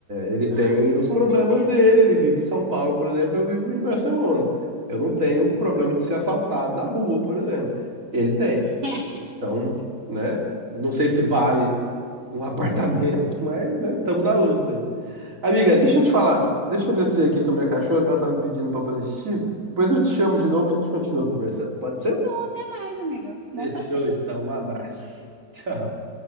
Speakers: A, on the right; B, on the right.
A: É, ele tem
B: Ah,
A: os
B: com
A: problemas
B: certeza.
A: dele, ele vive em São Paulo, por exemplo, eu vivo em Barcelona. Eu não tenho problema de ser assaltado na rua, por exemplo. Ele tem.
B: <laughs>
A: Então, né? Não sei se vale um <laughs> apartamento, mas, né, estamos na luta aí. Amiga, deixa eu te falar. Deixa eu descer aqui com a minha cachorra, que ela tá me pedindo para fazer xixi. Depois eu te chamo de novo e a gente continua conversando. Pode ser?
B: Tá bom, até mais, amigo. Bom
A: Fechou,
B: passeio.
A: então. Um abraço. <laughs> Tchau.